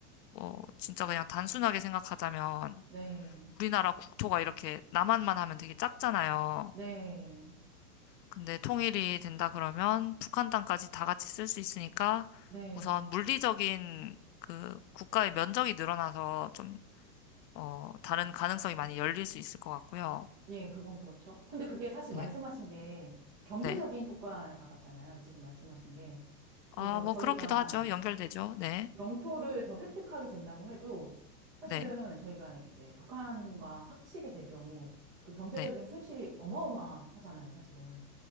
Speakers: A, on the left; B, on the right.
A: 어, 진짜 그냥 단순하게 생각하자면
B: 네,
A: 우리나라 국토가 이렇게 남한만 하면 되게 작잖아요.
B: 네,
A: 근데 통일이 된다 그러면 북한 땅까지 다 같이 쓸 수 있으니까
B: 네.
A: 우선 물리적인 그 국가의 면적이 늘어나서 좀, 어, 다른 가능성이 많이 열릴 수 있을 것 같고요.
B: 예, 그건 그렇죠. 근데 그게 사실
A: 네.
B: 말씀하신 게 경제적인
A: 네.
B: 효과에 가깝잖아요. 지금 말씀하신 게.
A: 아,
B: 그래서
A: 뭐
B: 저희가
A: 그렇기도 하죠. 연결되죠. 네.
B: 영토를 더 획득하게 된다고 해도 사실은
A: 네.
B: 저희가 이제 북한과 합치게 될 경우 그 경제적인
A: 네.
B: 손실이 어마어마하잖아요, 사실은.